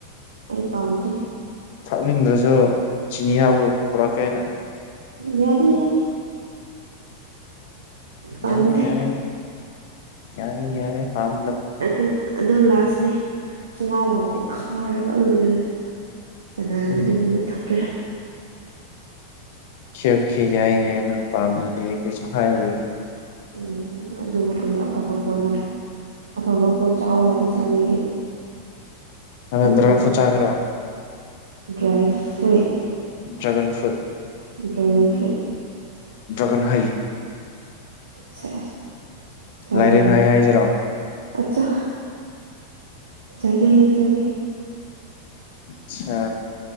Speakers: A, on the right (about 70°); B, on the left (about 50°).
A: ꯑꯩ ꯄꯥꯝꯗꯦ
B: ꯀꯛꯅꯤꯡꯗ꯭ꯔꯁꯨ ꯆꯤꯅꯤ ꯍꯥꯞꯄꯒ ꯄꯨꯔꯛꯀꯦ ꯍꯥꯏꯅ
A: ꯌꯥꯔꯦ ꯌꯥꯔꯦ ꯄꯥꯝꯗꯦ
B: ꯌꯥꯅꯤ ꯌꯥꯔ ꯌꯥ ꯌꯥꯔꯦ ꯐꯥꯝ
A: ꯑꯗꯨ ꯑꯗꯨ ꯂꯥꯁꯅꯦ ꯁꯣꯡꯒꯥꯎ ꯉꯥꯎꯇꯤ ꯈꯥꯔꯒ ꯎꯂꯦ ꯀꯅꯥꯅ
B: ꯎꯝ
A: ꯑꯗꯨꯒꯨꯝꯕ ꯊꯛꯀꯦꯔꯣ
B: ꯈꯈꯤ ꯌꯥꯏ ꯌꯥꯅ ꯄꯝꯅꯁꯨ ꯍꯥꯏ
A: ꯎꯝ ꯑꯗꯨꯕꯨ ꯀꯔꯤ ꯑꯐꯕ ꯄꯣꯠꯂꯣ ꯑꯐꯕ ꯄꯣꯠ ꯆꯥꯎꯥꯑꯣ ꯍꯥꯏꯗꯤ ꯆꯥꯕꯤꯒꯦ
B: ꯑ
A: ꯐꯠꯇꯕ
B: ꯗ꯭ꯔꯒ ꯐ
A: ꯄꯣꯠ
B: ꯆꯥꯒ꯭ꯔꯣ
A: dry fruit
B: dragon fruit
A: dragon ꯐꯥꯏ
B: ꯗ꯭ꯔꯒꯟ ꯍꯩ
A: ꯁꯦ ꯆꯒꯦꯅ
B: ꯂꯥꯏꯔꯦꯟ ꯍꯩ ꯍꯥꯏꯁꯤꯔꯣ
A: ꯑꯆꯥ ꯆꯒꯦ ꯆꯒꯦ
B: ꯑꯆꯥ